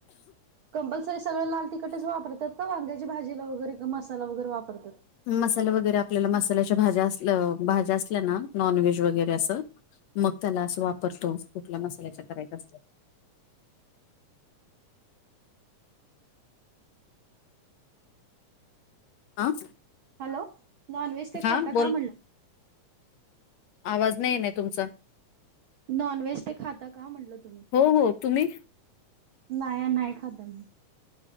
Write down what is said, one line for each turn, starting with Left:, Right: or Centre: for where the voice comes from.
Right: कंपल्सरी सगळं लाल तिखटच वापरतात का वांग्याच्या भाजीला वगैरे मसाला वगैरे वापरतात?
Left: मसाला वगैरे आपल्याला मसाल्याच्या भाज्या असल भाज्या असल्या ना नॉन व्हेज वगैरे असं मग त्याला असं वापरतो. कुठल्या मसाल्याच्या करायच्या असल्याव. आ?
Right: हॅलो. नॉनव्हेज ते
Left: हा
Right: खाता
Left: बोल,
Right: का म्हणलं?
Left: आवाज नाय येईना तुमचा.
Right: नॉन व्हेज ते खाता का म्हटलं तुम्ही?
Left: हो हो, तुम्ही?
Right: नाय नाय खाता आम्ही.